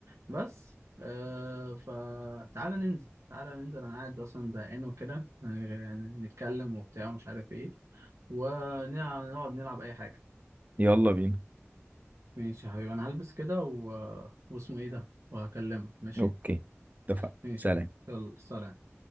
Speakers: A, on the right; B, on the right.
A: بس آه فتعالى ننزل تعالى ننزل انا قاعد اصلا زهقان وكده يعني نتكلم وبتاع ومش عارف ايه ونقعد نلعب اي حاجه
B: يلا بينا
A: ماشي يا حبيبي انا هلبس كده و... واسمه ايه ده وهكلمك ماشي
B: اوكي اتفقنا
A: ماشي
B: سلام
A: يا حبيبي. يلا سلام